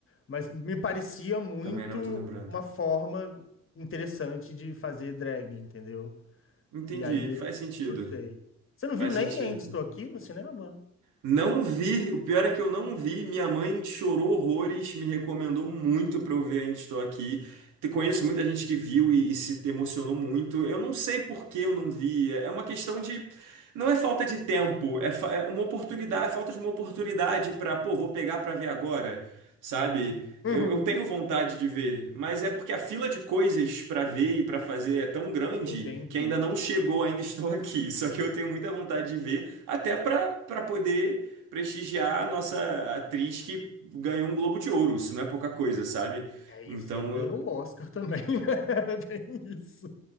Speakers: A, on the left; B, on the right.
A: mas me parecia muito
B: também não tô lembrando.
A: uma forma interessante de fazer drag, entendeu?
B: Entendi,
A: E aí eu
B: faz sentido.
A: eu gostei. Você não
B: Faz
A: viu nem
B: sentido.
A: Ainda Estou Aqui no cinema, mano?
B: Não vi, o pior é que eu não vi. Minha mãe chorou horrores, me recomendou muito pra eu ver Ainda Estou Aqui. Te- Conheço muita gente que viu e, e se emocionou muito. Eu não sei por que eu não vi. É é uma questão de. Não é falta de tempo, é, fa- é uma oportunidade, é falta de uma oportunidade pra, pô, vou pegar pra ver agora, sabe?
A: Uhum.
B: Eu, eu tenho vontade de ver, mas é porque a fila de coisas para ver e para fazer é tão grande
A: Entendi.
B: que ainda não chegou, ainda <laughs> estou aqui. Só que eu tenho muita vontade de ver, até para para poder prestigiar a nossa atriz que ganhou um Globo de Ouro. Isso não é pouca coisa, sabe?
A: E aí
B: Então,
A: o filme ganhou
B: eu-
A: o Oscar também, né? <laughs> Tem isso.